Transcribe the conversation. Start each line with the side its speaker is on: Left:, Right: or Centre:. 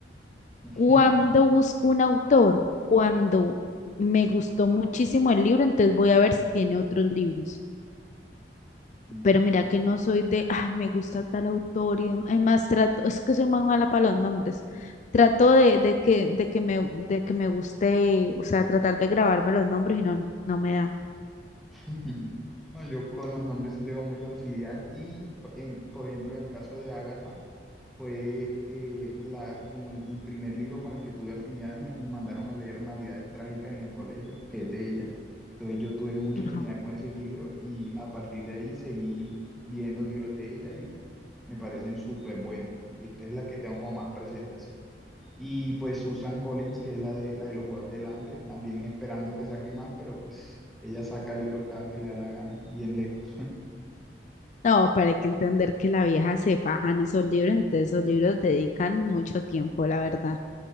Centre: <laughs>
Left: Cuando busco un autor, cuando me gustó muchísimo el libro, entonces voy a ver si tiene otros libros.
Centre: Ujú.
Left: Pero mira que no soy de, ah, me gusta tal autor y demás. Es más, trato, es que soy muy mala para los nombres. Trato de, de que, de que me, de que me guste, o sea, tratar de grabarme los nombres y no, no, no me da.
Centre: <laughs> No, yo con los nombres sí tengo mucha facilidad y p- en- por ejemplo en el caso de Ágata fue eh, la, como el, el primer libro con el que tuve afinidad. Me, me mandaron a leer Navidades Trágicas en el colegio, que es de ella. Entonces yo tuve mucha afinidad
Left: Ajá.
Centre: con ese libro y a partir de ahí seguí viendo libros de ella y me parecen súper buenos. Y esta es la que tengo como más presente así. Y pues Susan Collins, que es la de, la de los Juegos del Hambre, también esperando que saque más, pero pues ella saca libros cada que le da la gana, bien lejos.
Left: No, pero hay que entender que la vieja se faja en esos libros, entonces esos libros dedican mucho tiempo, la verdad.